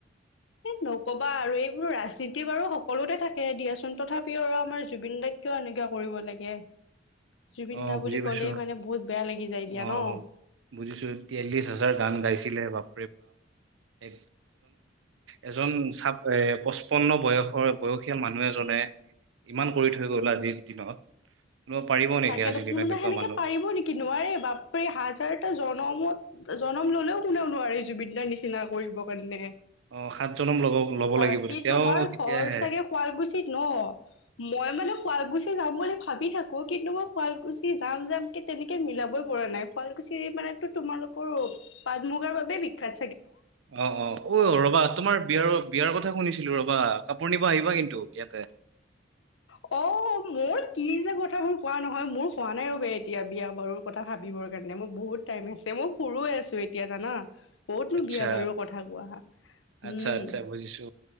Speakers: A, on the left; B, on the right.
A: এ নকবা আৰু এইবোৰ ৰাজনীতি বাৰু সকলোতে থাকে দিয়াচ তথাপিও আৰু আমাৰ জুবিন দাক কিয় এনেকুৱা কৰিব লাগে। জুবিন
B: অ
A: দা
B: বুজি
A: বুলি
B: পাইছো
A: ক'লে মানে বহুত বেয়া লাগি যায় দিয়া
B: অ
A: ন
B: অ বুজিছো তিয়াল্লিশ হাজাৰ গান গাইছিলে বাপ এ এজন পচপন্ন বয়ৰ বয়সীয়া মানুহ এজনে ইমান কৰি থৈ গল আজিৰ দিনত। পাৰিব নেকি
A: তাকেতো
B: আজিৰ দিনত
A: কোনোবা
B: এনেকুৱা
A: সেনেকে
B: মানুহ
A: পাৰিব নেকি নোৱাৰে বাপ হাজাৰটা জ্ব জনমত জনম ললেও কোনেও নোৱাৰি জুবিন দাৰ নিচিনা কৰিবৰ কাৰণে
B: অ সাত জনম ল'ব ল'ব
A: বাকী
B: লাগিব তেতিয়াও
A: তোমাৰ
B: তেতিয়াহে
A: ঘৰ চাগে শুৱাল গুছি ন মই মানে শুৱালকুছি যাম বুলি ভাবি থাকো কিন্তু মই শুৱালকুছি যাম যাম কি তেনেকে মিলাবই পৰা নাই শুৱালকুছি মানেো তোমালোকৰ পাট মুগাৰ বাবে বিখ্য্াত।
B: অ অ অ ৰবা তোমাৰ বিয়াৰ, বিয়াৰ কথা শুনিছিলো ৰবা কাপোৰ নিব আহিবা কিন্তু ইয়াতে,
A: অ' মোৰ কি যে কথাবোৰ কোৱা নহয় মোৰ হোৱা নাই ৰব এতিয়া বিয়া বাৰুৰ কথা ভাবিবৰ কাৰণে মোৰ বহুত টাইম আছে মই সৰু আছো এতিয়া জানা ক'তনো
B: আচ্ছা
A: বিয়া বাৰুৰ কথা কোৱা
B: আচ্ছা
A: উম
B: আচ্ছা বুজিছো